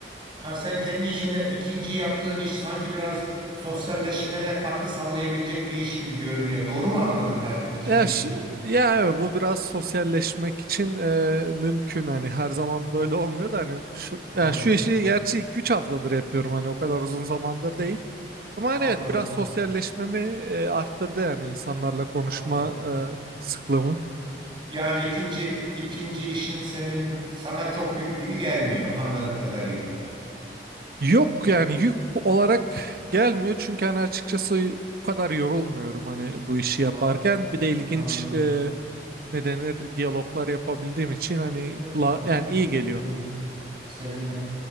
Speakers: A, on the right; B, on the right.
A: Ha, sen kendi işinde ikinci yaptığın iş sanki biraz sosyalleşmene katkı sağlayabilecek bir iş gibi görünüyor. Doğru mu anladım ben ikinci
B: Ya,
A: işini?
B: ş- ya evet, bu biraz sosyalleşmek için e, mümkün hani her zaman böyle olmuyor da hani şu
A: Hmm,
B: yani şu işi gerçi 2-3 haftadır yapıyorum hani o kadar uzun zamandır değil. Ama hani
A: anladım,
B: evet biraz sosyalleşmemi e, arttırdı yani insanlarla konuşma
A: anladım.
B: e, sıklığımı.
A: Yani ikinci ikinci işin senin sana çok yük gibi gelmiyor anladığım kadarıyla.
B: Yok yani yük olarak gelmiyor çünkü hani açıkçası o kadar yorulmuyorum hani bu işi
A: Tamam,
B: yaparken. Bir de ilginç
A: anladım.
B: e, ne denir diyaloglar yapabildiğim için hani
A: Çok
B: kula
A: güzel.
B: yani iyi geliyor.
A: Sevindim, sevindim.